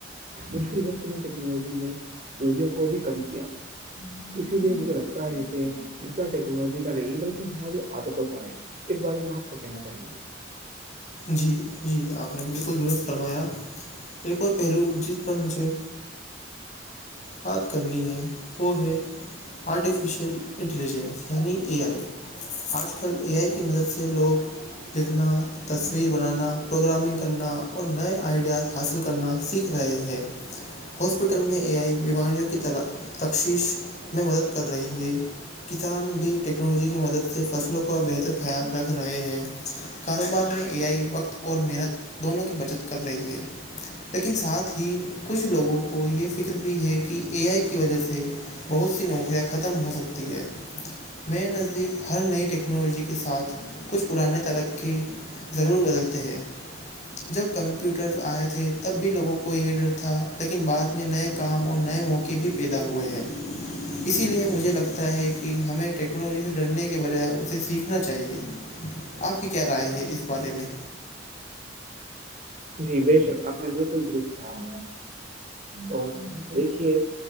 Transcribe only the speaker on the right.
مشل وقت میں ٹیکنالوجی نے دوروں کو بھی کم کیا اسی لیے مجھے لگتا ہے کہ مسئلہ ٹیکنالوجی کا نہیں بلکہ ہماری عادتوں کا ہے اس بارے میں آپ کیا کہنا چاہیں گے
جی بے شک آپ نے بالکل درست کہا اور دیکھیے